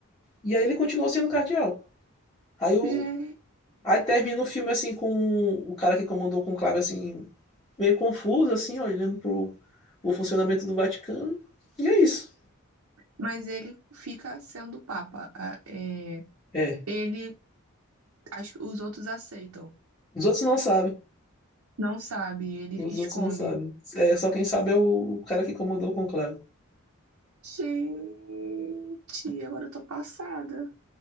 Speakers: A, on the left; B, on the right.
A: E aí ele continuou sendo cardeal. Aí o
B: Gente,
A: Aí termina o filme assim com o cara que comandou o conclave assim, meio confuso, assim, ó, olhando pro, pro funcionamento do Vaticano. E é isso.
B: mas ele fica sendo papa. a- É,
A: É.
B: ele, as- os outros aceitam.
A: Os outros não sabem.
B: Não sabe, ele
A: Os
B: esconde.
A: outros não sabem. É, só quem sabe é o cara que comandou o conclave.
B: Gente, agora eu tô passada.